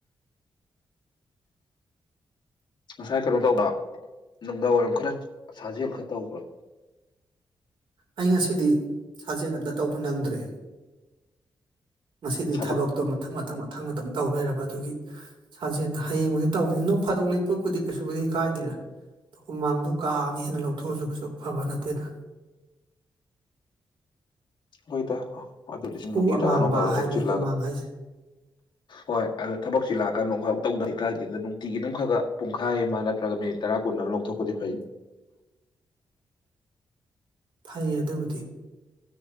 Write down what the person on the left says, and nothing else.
ꯉꯁꯥꯏ ꯀꯩꯅꯣ ꯇꯧꯕ ꯅꯨꯡꯗꯥꯡ ꯋꯥꯏꯔꯝ ꯈꯔ ꯁꯥꯖꯦꯜ ꯈ ꯇꯧꯕ꯭ꯔꯥ
ꯊꯕꯛ
ꯍꯣꯏꯗ ꯑꯗꯨ ꯂꯤꯁꯤꯡ
ꯅꯨꯡꯒꯤ
ꯇꯔꯥ ꯅꯣꯡ ꯐꯥꯗꯣꯛ
ꯊꯣꯛꯆꯤꯜꯂꯒ
ꯍꯣꯏ ꯑꯗꯣ ꯊꯕꯛꯁꯤ ꯂꯥꯛꯑꯀꯗ ꯅꯣꯡ ꯐꯥꯗꯣꯛ ꯇꯧꯗ ꯀꯥꯏꯗꯦꯗ ꯅꯨꯡꯇꯤꯒꯤ ꯑꯗꯨꯝ ꯈꯒ ꯄꯨꯡꯈꯥꯏ ꯑꯃ ꯅꯠꯇ꯭ꯔꯒ ꯃꯤꯅꯤꯠ ꯇꯔꯥ ꯀꯨꯟ ꯇꯧꯔ ꯂꯧꯊꯣꯛꯄꯗꯤ ꯐꯩ